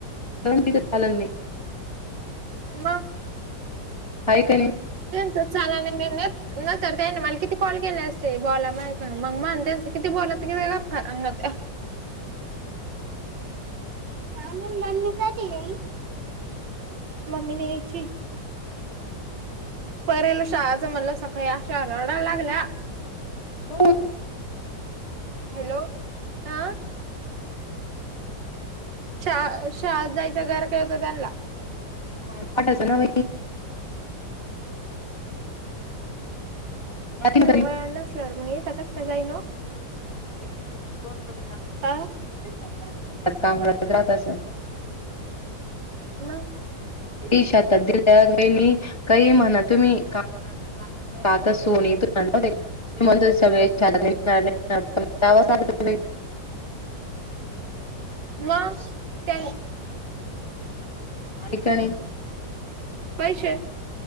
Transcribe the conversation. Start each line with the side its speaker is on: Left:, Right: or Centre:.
Left: तिथ चाल नाही
Right: म
Left: आहे का नाही
Right: त्यांच छान न न तरर त्यानी मला किती कॉल केले असते बोला मा मग म्हण त्यांचं किती बोला तर कि ग फर हा म मन म काट येई ममीनेची परेल शाळाचं म्हणलं सकाळी अशा हरहडायला लागल्या
Left: दोन
Right: हॅलो हा शा शा जायचं घर काय होत त्यांना
Left: ह पाठाच ना व जाती
Right: तिथ
Left: ना तरी
Right: वळ नसल्यावर मग येथ काच काय जाई ना
Left: क जा
Right: हा
Left: त कामच राहात असं
Right: ह
Left: ते शातात दिल्या वहिणी काही म्हणा तुम्ही काम <inaudible> म्हण सगळे इच्छारात निघणार नाही पणवा सग.
Right: म त्यां.
Left: ऐकणी.
Right: पैसे,